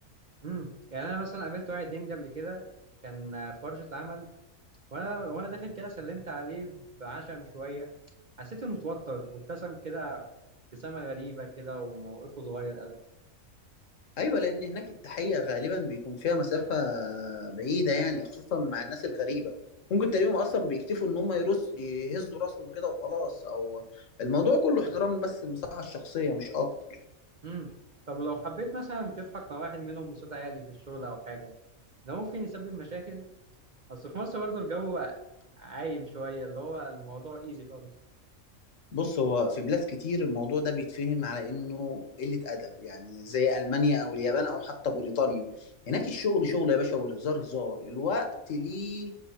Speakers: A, on the right (about 45°); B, on the left (about 65°).
A: امم يعني انا مثلا قابلت واحد هندي قبل كده كان في ورشه عمل وانا وانا داخل كده سلمت عليه بعشم شويه حسيت انه متوتر وابتسم كده ابتسامه غريبه كده وموقفه اتغير قوي
B: أيوة لأن هناك التحية غالبا بيكون فيها مسافة بعيدة يعني خصوصا مع الناس الغريبة ممكن تلاقيهم أصلا بيكتفوا إن هم يرص يهزوا راسهم كده وخلاص أو الموضوع كله احترام بس المساحة الشخصية مش أكتر
A: امم طب لو حبيت مثلا تضحك مع واحد منهم بصوت عالي في الشغل او حاجه ده ممكن يسبب مشاكل اصل في مصر برضه الجو عايم شويه اللي هو الموضوع ايزي خالص
B: بص هو في بلاد كتير الموضوع ده بيتفهم على انه قلة ادب يعني زي المانيا او اليابان او حتى بريطانيا هناك الشغل شغل يا باشا والهزار هزار الوقت ليه